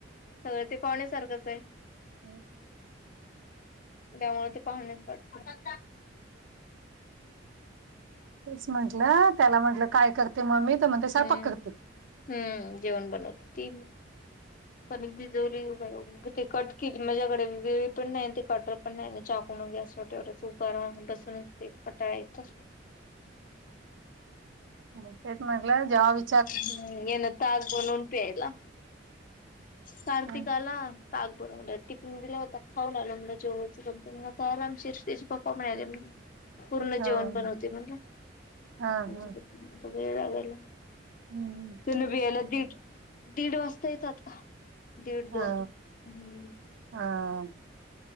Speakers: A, on the left; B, on the right.
A: सगळं ते पाहुण्यासारखंच आहे.
B: <inaudible>
A: त्यामुळे ते पाहुणे <inaudible>
B: तेच म्हंटलं त्याला म्हटलं काय करते मम्मी त म्हणते स्वयपाक
A: हम्म
B: करते.
A: हम्म जेवण बनवत ती कणिक भिजवली उभे राहून ते कट किट मझ्याकडे वेळी पण नाही ते कटर पण नाही आणि चाकून गॅसवर <unintelligible> असतात तेवढच उभा राहून बसूनच एक कंटाळा येतो.
B: मग तेच म्हटल जेंव्हा वी
A: हम्म हेन ते आज बनवून प्यायला, कार्तिक
B: ह
A: आला ताक बनवलं टिफिन दिला होता खाऊन आलो म्हंटल जेवयच कसतरी आरामशीर त्याचे पप्पा म्हणाले
B: <inaudible>
A: पूर्ण
B: ह
A: जेवण बनवते म्हंटल त्यांच्यासाठी
B: ह
A: वेळ लागायला.
B: हम्म.
A: ते लोक यायला दीड दीड वाजता येतात दीड
B: ह
A: दोन, हम्म
B: हा,